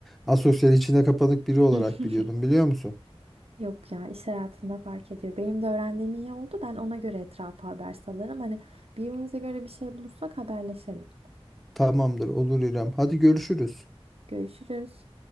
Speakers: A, in the centre; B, on the right.
A: asosyal içine kapanık biri olarak
B: <laughs>
A: biliyordum biliyor musun?
B: Yok ya iş hayatında fark ediyor. Benim de öğrendiğim iyi oldu. Ben ona göre etrafa haber salarım. Hani birbirimize göre bir şey bulursak haberleşelim.
A: Tamamdır olur İrem. Hadi görüşürüz.
B: Görüşürüz.